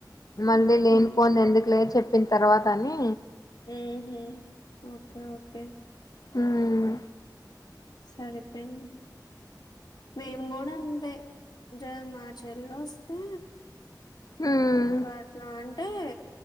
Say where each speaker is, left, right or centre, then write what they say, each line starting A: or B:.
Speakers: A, on the left (about 55°); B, on the left (about 70°).
A: మళ్ళీ
B: ఓహో!
A: లేనిపోంది ఎందుకు లే చెప్ చెప్పిన్ తర్వాత అని
B: మ్మ్ హ్మ్ ఓకే ఓకే
A: మ్మ్
B: సరే పెన్ మేంగూడ అంతే జె మా చెల్ వస్తే
A: హ్మ్
B: ఇంకా అట్లాంట్ ఏ